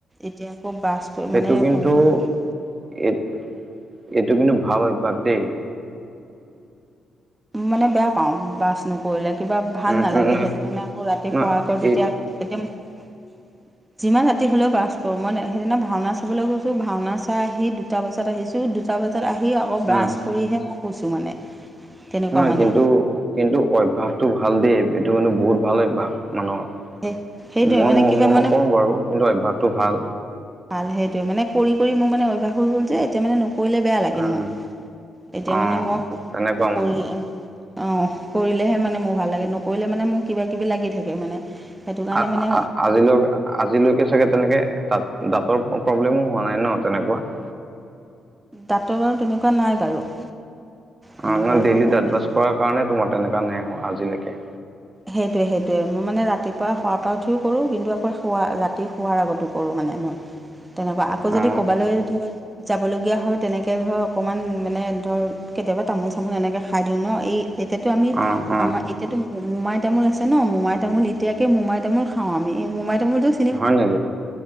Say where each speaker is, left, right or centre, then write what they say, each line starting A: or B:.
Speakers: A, on the right; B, on the right.
A: এতিয়া আকৌ ব্ৰাছ কৰি মানে
B: এইটো কিন্তু
A: ফোন-চোন <unintelligible>
B: <unintelligible> এইটো কিন্তু ভাল অভ্যাস দেই।
A: মানে বেয়া পাওঁ ব্ৰাছ নকৰিলে কিবা ভাল
B: উম
A: নালাগে
B: উম নহয়
A: সেইটো কাৰণে আকৌ ৰাতি
B: নহয়
A: শোৱাৰ আগত যেতিয়া
B: এই
A: <unintelligible> সতিম <unintelligible> যিমান ৰাতি হ'লেও ব্ৰাছ কৰোঁ। মই সেইদিনা ভাওনা চাবলৈ গৈছোঁ, ভাওনা চাই আহি দুটা বজাত আহিছোঁ। <unintelligible> সেই দুটা বজাত আহি আকৌ ব্ৰাছ
B: উম
A: কৰিহে মই শুইছোঁ মানে। <inaudible> তেনেকুৱা
B: নহয়
A: মানে
B: কিন্তু-কিন্তু অভ্যাসটো ভাল দেই এইটো কিন্তু বহুত ভাল অভ্যাস মানুহৰ।
A: সেই সেইটোৱে
B: <unintelligible> মই
A: মানে
B: ন <unintelligible>
A: কিবা
B: মই
A: মানে
B: নকৰোঁ বাৰু কিন্তু অভ্যাসটো ভাল।
A: ভাল সেইটোৱেই মানে কৰি-কৰি মোৰ মানে অভ্যাস হৈ গ'ল যে এতিয়া মানে <unintelligible> নকৰিলে বেয়া লাগে
B: উম
A: মোৰ। এতিয়া
B: অ
A: মানে মই
B: তেনেকুৱা
A: কৰি
B: মানে
A: <unintelligible> অঁ কৰিলেহে মানে মোৰ ভাল লাগে। নকৰিলে মানে মোৰ কিবাকিবি লাগি থাকে মানে। <unintelligible>
B: আ <unintelligible>
A: মানে
B: আজিলৈকে-আজিলৈকে চাগে তেনেকে দাঁত-দাঁতৰ প্ৰব্লেমো হোৱা নাই ন তেনেকুৱা? <unintelligible>
A: দাঁতৰ বাৰু তেনেকুৱা নাই বাৰু। <inaudible> তেনেকুৱা
B: অঁ <unintelligible>
A: একো
B: ডেইলি
A: প্ৰব্লেম
B: দাঁত ব্ৰাছ
A: নাই।
B: কৰা কাৰণে তোমাৰ তেনেকা নাই আজিলৈকে।
A: সেইটোৱেই-সেইটোৱেই মই মানে ৰাতিপুৱা শোৱাৰ পৰা উঠিও কৰোঁ কিন্তু আকৌ শোৱা ৰাতি শোৱাৰ আগতো কৰোঁ মানে মই। <unintelligible> তেনেকুৱা আকৌ যদি
B: অ
A: কৰবালৈ ধৰ <unintelligible> যাবলগীয়া হয় তেনেকৈ ধৰ অকণমান মানে ধৰ কেতিয়াবা তামোল-চামোল এনেকৈ খাই দিওঁ ন, এই <unintelligible> এতিয়াতো আমি
B: অ অ
A: আমাৰ এতিয়াতো <unintelligible> মোমাই তামোল আছে ন, মোমাই তামোল এতিয়াকে মোমাই তামোল খাওঁ আমি। মোমাই তামোলটো <unintelligible>
B: হয় নেকি?